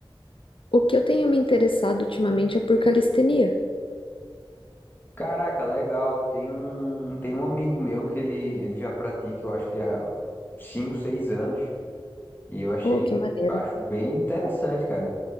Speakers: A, on the left; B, on the left.
A: o que eu tenho me interessado ultimamente é por calistenia.
B: Caraca, legal. Tem um, tem um amigo meu que ele, ele já pratica, eu acho que há 5 6 anos. E eu achei,
A: Oh, que maneiro.
B: acho bem interessante, cara.